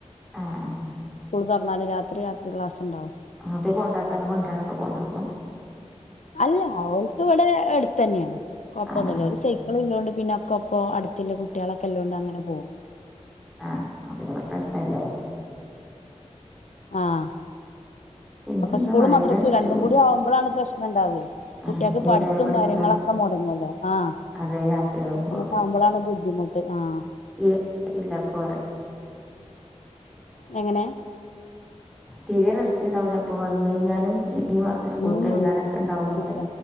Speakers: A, in the centre; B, on the left (about 75°).
A: ആഹ്‌ ആഹ്‌.
B: ത് തെറന്നാല് രാത്രി രാത്രി ക്ലാസ് ഇണ്ടാവും
A: അത് കൊണ്ടാക്കാനും കൊണ്ടരാനൊക്കെ പോണ്ടെപ്പോ
B: അല്ല അവൾക്ക് ഇവടെ എടുത്തന്നെണ് കൊഴപ്പൊന്നുല്ല
A: ആ ആ
B: ഓല് സൈക്കള്ല്ലോണ്ട് പിന്നെ ഒക്കെ ഇപ്പോ അട്ത്തുള്ള കുട്ട്യോളൊക്കെല്ലോണ്ട് അങ്ങനെ പോകും
A: ആഹ് അപ്പ പിന്നവ്ടതെ സ്മല്ല്
B: ആഹ്
A: പിന്നെന്താ
B: അപ്പോ സ്കൂളും
A: മഴ
B: മദ്രസയും
A: പെയ്താൽ
B: രണ്ടും
A: ചൂ
B: കൂടി ആവുമ്പോഴാണ് പ്രശ്നം ഉണ്ടാവെ
A: ആ
B: കുട്ടികൾക്ക്
A: എഴുതാനും
B: പഠിത്തു
A: പഠിക്കാനും
B: കാര്യങ്ങളൊ ക്കേ മുടങ്ങല്ലോ ആഹ്
A: അതെ രാത്രിയാകുമ്പോൾ
B: അങ്ങൊക്കവുമ്പോഴാണ് ബുദ്ധിമുട്ട് ആഹ്
A: <unintelligible> പോറ
B: എങ്ങനെ
A: തീരെ റസ്റ്റ് ഉണ്ടാവില്ല അപ്പൊ വന്ന് കഴിഞ്ഞാലും ലിവ സ്കൂളത്തെഴുതാനൊക്കെ
B: ഉം
A: ഉണ്ടാവന്ന്
B: ഇല്ല